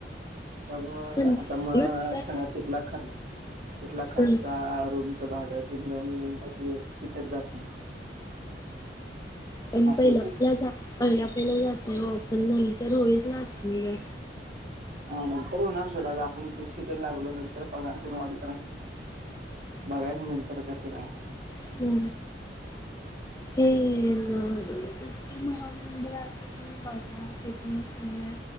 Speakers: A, on the right; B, on the left.
A: त्यामुळ
B: पण
A: आता म
B: नंतर
A: सांगळा तिथला खरं तिथला खर्चा
B: पण
A: रूमचं भाडं तेन जाऊन येऊन तिथेच जातय.
B: पण
A: असं
B: पहिलं
A: होते.
B: प पहिला पहिला जातय ओ पण नंतर होईल ना <unintelligible>
A: हा नंतर होणार सोडा आपण फिक्स तेन लागलो नंतर पगारपण वाढत राहतय. बघायच नंतर कस काय.
B: <unintelligible> इष्टी महामंडळा <unintelligible>